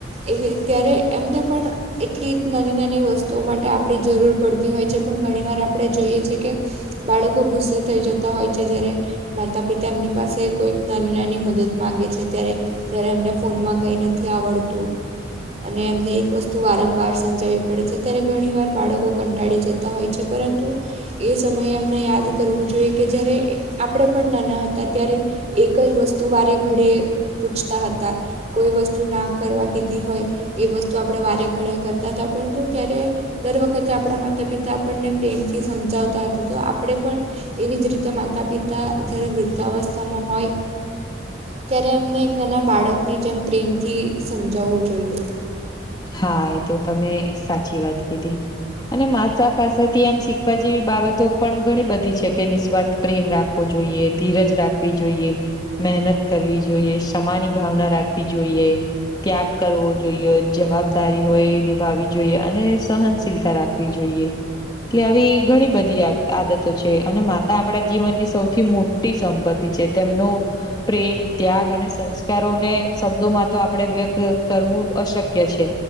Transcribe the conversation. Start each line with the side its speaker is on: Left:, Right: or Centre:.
Right: એવી ત્યારે એમને પણ એટલી જ નાની નાની વસ્તુઓ માટે આપણી જરૂર પડતી હોય છે પણ ઘણીવાર આપણે જોઈએ છીએ કે બાળકો ગુસ્સે થઈ જતા હોય છે જે્યારે માતા પિતા એમની પાસે કોઈક નાની નાની મદદ માંગે છે ત્યારે ત્યારે એમને ફોનમાં કંઈ નથી આવડતું અને એમને એક વસ્તુ વારંવાર સમજાવવી પડે છે, અ્યારે ઘણી વાર બાળકો કંટાળી જતા. હોય છે પરંતુ એ સમયે હમણાં યાદ કરવું જોઈએ કે જ્યારે આપણે પણ નાના હતા ત્યારે એક જ વસ્તુ વારે ઘડી પૂછતા હતા કોઈ વસ્તુ ના કરવા કીધી હોય એ વસ્તુ આપણે વારે ઘડે કરતા હતા પરંતુ ત્યારે દર વખતે આપણા માતા પિતા આપણને પ્રેમથી સમજાવતા હતા તો આપણે પણ એવી જ રીતે માતા પિતા જ્યારે વૃદ્ધાવસ્થામા હોય. ત્યારે એમને એક નાના બાળકની જેમ પ્રેમથી સમજાવવું જોઈએ
Left: હા એ તો તમે સાચી વાત કીધી અને માસા પાસેથી આમ શીખવા જેવી બાબતો પણ ઘણી બધી છકે, નિસ્વાર્થ પ્રેમ રાખવો જોઈએ ધીરજ રાખવી જોઈએ મહેનત કરવી જોઈએ સમાની ભાવના રાખવી જોઈએ ત્યાગ કરવો જોઈએ જવાબદારી હોય એ નિભાવવી જોઈએ અને સહનશીલતા રાખવી જોઈએ. કે આવી ઘણી બધી આદતો છે, અને માતા આપણા જીવનની સૌથી મો સંપત્તિ છે તેમનું પ્રેમ ત્યાગ અને સંસ્કારોને શબ્દો માં તો આપણેે વ્યક્ત કરવું અશક્ય છે